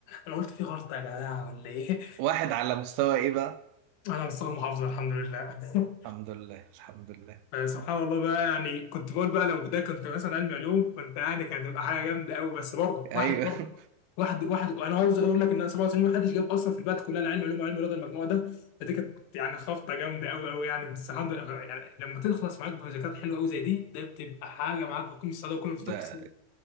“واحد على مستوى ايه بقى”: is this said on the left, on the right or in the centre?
Right